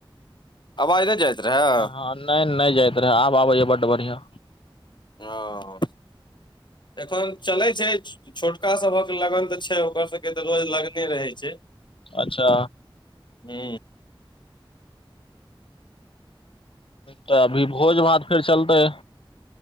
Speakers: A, on the left; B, on the left.
A: अवाज नहि जाइत- रहए
B: हँ नहि नहि जाइत रहै आब आबैये बड्ड बढ़िया
A: हँ एखन चलै छै छोटका सभक लगन तऽ छै ओकर सभके तऽ रोज लगने रहै छै।
B: अच्छा।
A: हू
B: त अभी भोज भात फेर चलतै